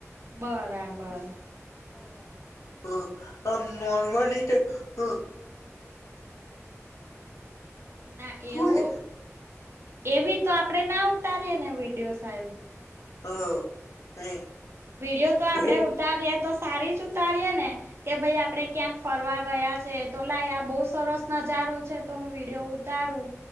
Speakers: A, on the right; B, on the left.
A: બરાબર બરાબર.
B: હ આ નોર્મલી તે હ
A: ના એવું
B: <unintelligible>
A: એવી તો આપડે ના ઉતારીયએ ને વિડિયો સાહેબ.
B: હા એ
A: વિડીયો તો આપડે
B: એ
A: ઉતારીએ તો સારી જ ઉતારીએ ને કે ભાઈ આપડે ક્યાંક ફરવા ગયા છે. તો લાયા બો સરસ નજારો છે તો હું વિડીયો ઉતારું